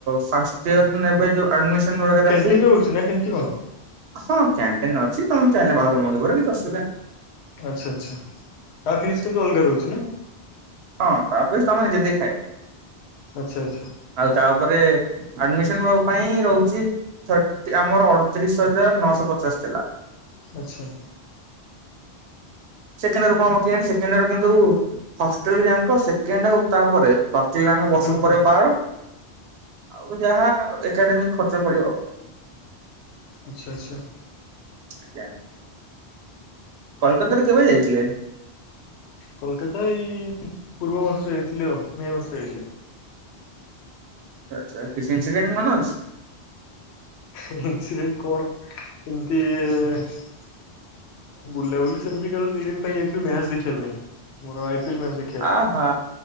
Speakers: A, on the right (about 75°); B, on the left (about 80°).
A: ଫାଷ୍ଟିଆର ଇର ନେବେ ଯୋଉ ଆଡମିନ।
B: <unintelligible> ହଉଛି ନା କେମିତି କଣ?
A: ହଁ କ୍ୟାଣ୍ଟିନ ଅଛି ତମେ ଚାହିଁଲେ ବାହାରୁ ମଗେଇ ପାରିବ କିଛି ଅଅୁବିଧା ନାହ୍ନି।
B: ଆଚ୍ଛା ଆଛା ତା ଫିସ୍ କିନ୍ତୁ
A: ନାହିଁ।
B: ଅଲଗା ରହୁଛି ନା?
A: ହଁ ତା ଫିସ ତମେ ନିଜେ ଦେଇ କି ଖାଇବ।
B: ଆଚ୍ଛା ଆଚ୍ଛା।
A: ଆଉ ତାପରେ ଆଡମିସନ ପାଇଁ ରହୁଛି। ଆମର ଅଠତିରିଶ ହଜାର ନଅଶହ ପଚାଶ ଥିଲା।
B: ଆଛା।
A: ସେକେଣ୍ଡ କଣ ହବ କେଜାଣି ସେକେଣ୍ଡ କିନ୍ତୁ ସଟ ଯାଙ୍କ ସେକେଣ୍ଡ ଆଉ ତାପରେ ସଟୀ ଯାଙ୍କ ବସକୁ
B: ହୁଁ ହୁଁ
A: ପରେ ବାର। ଆଉ ଯାହା ଏକାଡେମିକ ଖର୍ଚ୍ଚ ପଡିବ ଆଉ।
B: ଆଚ୍ଛା ଆଚ୍ଛା।
A: ଆଜ୍ଞା। କୋଲକାତ କେବେ ଯାଇଥିଲେ?
B: କୋଲକାତା ଏଇ ପୂର୍ବ ମାସରେ ଯାଇଥିଲେ ଆଉ ମେ ମାସ ଯାଇଥିଲେ।
A: ଆ ଆଛା କିଛି ଇନସସିଡେଟ ମନେ ଅଛି?
B: <inaudible> କଣ ଏମିତି ଏ ବୁଲା ବୁଲି ସେମିତି କେବଳ ଦି ଦିନ ପାଇଁ ଯାଇଥିଲୁ ମ୍ୟାଚ ଦେଖିବା ପାଇଁ। ମୋରଇ <unintelligible>
A: ଆ ହା